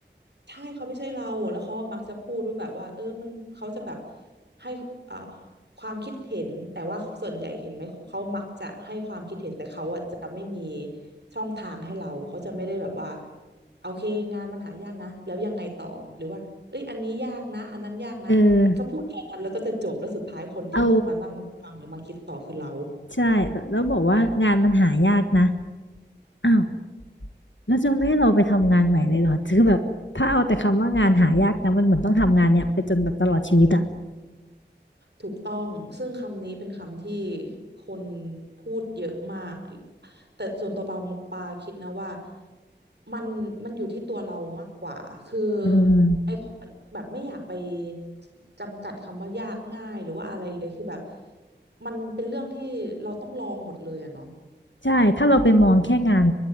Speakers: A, on the right (about 65°); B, on the left (about 80°).
A: ใช่เขาไม่ใช่เราแล้วเขาก็มักจะพูดว่าแบบว่าเออมันเขาจะแบบให้เอ่อความคิดเห็นแต่ว่าส่วนใหญ่เห็นไหมเขามักจะให้ความคิดเห็นแต่เขาอะจะไม่มีช่องทางให้เราเขาจะไม่ได้แบบว่าโอเคงานมันหายากนะแล้วยังไงต่อหรือว่าเอ้ยอันนี้ยากนะอันนั้นยากนะเขาพูดแค่นั้นแล้วก็จะจบแล้วสุดท้ายคนที่ต้องมานั่งฟังหรือมาคิดต่อคือเรา
B: เออเอาใช่แล้วแล้วบอกว่างานมันหายากนะอ้าวแล้วจะไม่ให้เราไปทำงานใหม่เลยเหรอ <laughs> คือแบบถ้าเอาแต่คำว่างานหายากนะมันเหมือนต้องทำงานเนี่ยไปจนแบบตลอดชีวิตอ่ะ
A: ถูกต้องซึ่งคำนี้เป็นคำที่คนพูดเยอะมาก แต่ส่วนตัวปาปาคิดนะว่ามันมันอยู่ที่ตัวเรามากกว่า คือ
B: อืม
A: ไอแบบไม่อยากไปจำกัดคำว่ายากง่ายหรือว่าอะไรเลยคือแบบมันเป็นเรื่องที่เราต้องลองหมดเลยอะเนาะ
B: ใช่ถ้าเราไปมองแค่งาน